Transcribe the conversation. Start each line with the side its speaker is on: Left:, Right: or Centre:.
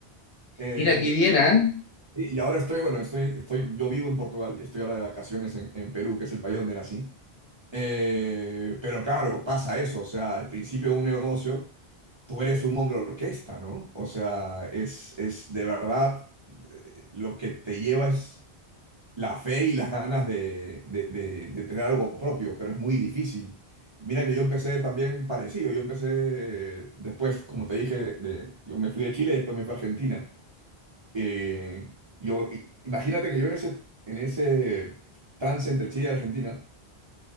Right: Eh,
Left: Mira, qué bien, ¿ah?
Right: y, y ahora estoy, bueno, estoy, estoy, yo vivo en Portugal, estoy ahora de vacaciones en, en Perú, que es el país donde nací. Eh, pero claro, pasa eso, o sea, al principio de un negocio. tú eres un hombre orquesta, ¿no? O sea, es, es de verdad eh, lo que te lleva es la fe y las ganas de, de- de- de tener algo propio, pero es muy difícil. Y mira que yo empecé también parecido, yo empecé eh, después, como te dije, de- yo me fui a Chile, después me fui a Argentina. Eh, yo, i- imagínate que yo en ese, en ese trance entre Chile y Argentina,